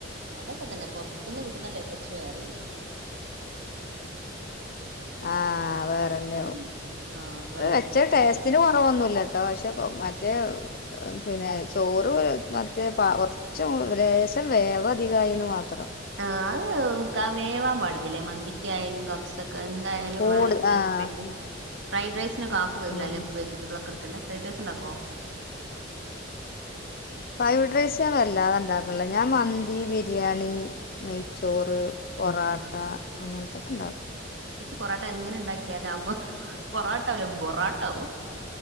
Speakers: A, on the right; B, on the left.
A: അതൊക്കെ തന്നെ പൊർത്ത്ന്ന് കിട്ട്ന്ന ടേസ് വെറ
B: ആഹ വേറെന്നെയോ
A: ഉം ആഹ് അത് വളരെ
B: വെചെ
A: കുറയ്ക്കും.
B: ടേസ്റ്റിന് കൊറവൊന്നുല്ലട്ടോ ക്ഷെകൊ മറ്റേ പിന്നെ ചോറ് മറ്റ പ കൊർച്ച് ലേശം വേവധികായിന്ന് മാത്രം.
A: ആ അഹ് വേവാ പാടില്ലല്ലേ മന്തിക്കയാലും കബ്സ കെന്തായാലും
B: കൂട്
A: മ്മളെ
B: ആഹ്
A: അ പക്ക് ഫ്രൈഡ്റസിനൊക്കെ ഹാഫ് വേവിലാല്ലെ
B: ഉം
A: വെജിറ്റബിളൊക്കെ എട്ക്കണ്ടേ ഫ്രൈഡ് റൈസ് ഇണ്ടാക്കോ.
B: ഫൈവ് ഡ്രൈസ് ഞാൻ വല്ലാതെ ണ്ടാക്ക്ല്ല ഞാൻ മന്തി ബിരിയാണി നെയ്ച്ചോറ് പൊറാട്ട
A: ആ
B: അങ്ങൻത്തൊക്കെ ണ്ടാക്കും.
A: പൊറാട്ട എങ്ങന ണ്ടാക്കിയാലാപ്പൊ പൊറോട്ടാവൂല്ല പൊറാട്ടാവും.